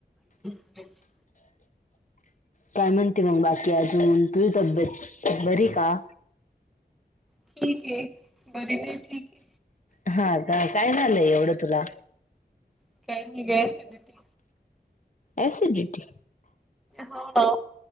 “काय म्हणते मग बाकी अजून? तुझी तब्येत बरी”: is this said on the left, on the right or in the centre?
Left